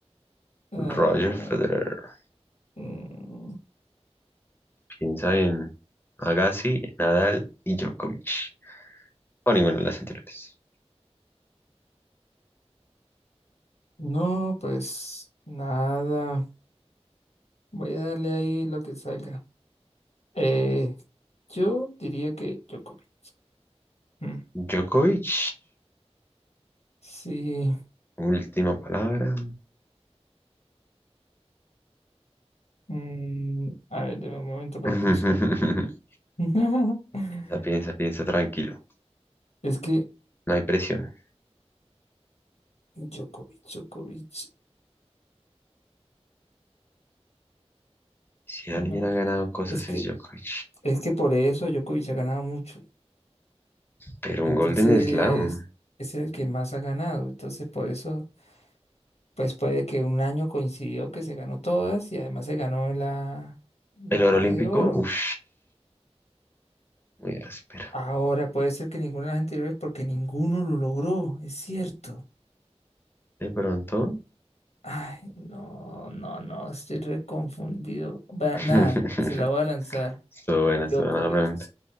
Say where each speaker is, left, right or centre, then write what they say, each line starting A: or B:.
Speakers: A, on the left (about 75°); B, on the left (about 20°).
A: Ah,
B: Roger Federer.
A: mm,
B: Piensa en Agassi, Nadal y Djokovic. O ninguna de las anteriores.
A: no, pues nada, voy a darle ahí lo que salga. Eh, yo diría que Djokovic. Mm,
B: Djokovic.
A: sí,
B: Última palabra.
A: mm, a ver, deme un momento para
B: <laughs>
A: pensar. <laughs>
B: Piensa, piensa, piensa tranquilo.
A: Es que
B: No hay presión.
A: Djokovic, Djokovic.
B: Si
A: ma-
B: alguien ha ganado cosas
A: Es que,
B: es Djokovic.
A: es que por eso Djokovic ha ganado mucho.
B: Pero
A: Entonces,
B: un Golden Slam.
A: es el que más ha ganado. Entonces, por eso, pues puede que un año coincidió que se ganó todas y además se ganó la, la
B: El oro olímpico,
A: de oro.
B: uff, muy áspero.
A: Ahora puede ser que ninguna de las anteriores porque ninguno lo logró, es cierto.
B: De pronto.
A: Ay, no, no, no, estoy reconfundido. Va,
B: <laughs>
A: nada, se la voy a lanzar.
B: Estuvo buena, estuvo
A: Djokovic,
B: buena la pregunta.